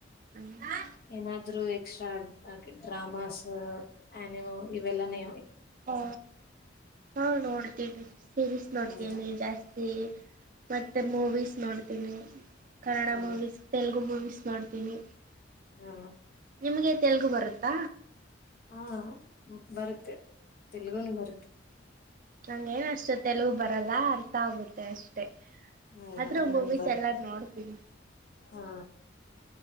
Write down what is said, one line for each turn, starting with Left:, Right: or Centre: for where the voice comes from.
Right: ಹ್ಮ್
Left: ಏನಾದ್ರೂ ಎಕ್ಸ್ಟ್ರಾ ಡ್ರಾಮಾಸ್ ಆನಿಮ್ ಇವೆಲ್ಲಾನೇ
Right: ಹಾ ಹಾ ನೋಡ್ತೀನಿ ಸೀರಿಸ್ ನೋಡ್ತೀನಿ
Left: ಹೌದಾ
Right: ಜಾಸ್ತಿ ಮತ್ತೆ ಮೂವೀಸ್ ನೋಡ್ತೀನಿ ಕನ್ನಡ
Left: ಹಾ
Right: ಮೂವೀಸ್ ತೆಲುಗು ಮೂವೀಸ್ ನೋಡ್ತೀನಿ
Left: ಹಾ
Right: ನಿಮಗೆ ತೆಲುಗು ಬರುತ್ತಾ
Left: ಹಾ ಬರುತ್ತೆ ತೆಲುಗನು ಬರುತ್ತೆ
Right: ನಂಗೇನ ಅಷ್ಟು ತೆಲುಗು ಬರಲ್ಲ ಅರ್ಥ ಆಗುತ್ತೆ ಅಷ್ಟೆ
Left: ಹೌದಾ
Right: ಆದ್ರೂ
Left: ನಂಗೆ
Right: ಮೂವೀಸ್
Left: ಬರುತ್ತೆ
Right: ಎಲ್ಲ ನೋಡ್ತೀನಿ
Left: ಹಾ